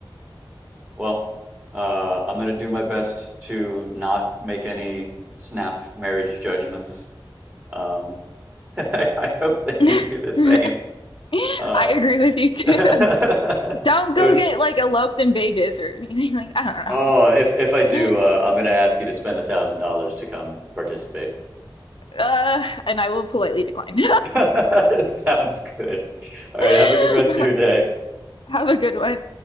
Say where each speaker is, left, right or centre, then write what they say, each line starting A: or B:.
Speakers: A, on the right; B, on the left.
A: Well, uh, I'm gonna do my best to not make any snap marriage judgments. Um, <laughs> I hope that
B: <laughs>
A: you do the same.
B: I
A: Uh,
B: agree with
A: <laughs>
B: you too.
A: it
B: <laughs> Don't
A: was,
B: go get like eloped in Vegas or anything. Like, I
A: oh, if if I do,
B: don't
A: uh,
B: know.
A: I'm
B: <laughs>
A: gonna ask you to spend a thousand dollars to come participate.
B: Uh, and I will politely decline.
A: <laughs> It sounds good. All
B: <laughs>
A: right, have a good rest of your day.
B: Have a good one.